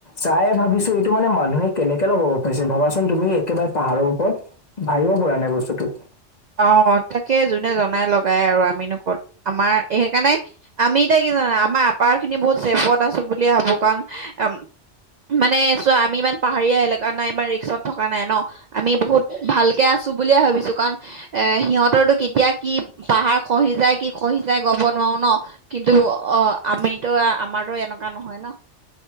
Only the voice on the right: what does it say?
অ' তাকে যোনে জনাই লগাই আৰু আমিনো ক'ত আমাৰ এই সেইকাৰণে আমি এতিয়া কি জানো আমাৰ আপাৰ খিনি বহুত চেভত আছোঁ বুলিয়ে ভাবো কাৰণ মানে চোৱা আমি ইমান পাহাৰীয়া এলেকাত নাই ইমান ৰিক্সত থকা নাই ন। আমি বহুত ভালকে আছোঁ বুলিয়ে ভাবিছোঁ কাৰণ এ সিহঁতৰটো কেতিয়া কি পাহাৰ খহি যায় কি খহি যায় ক'ব নোৱাৰো ন। কিন্তু অ' আমিতো আমাৰোটো এনেকুৱা নহয় ন।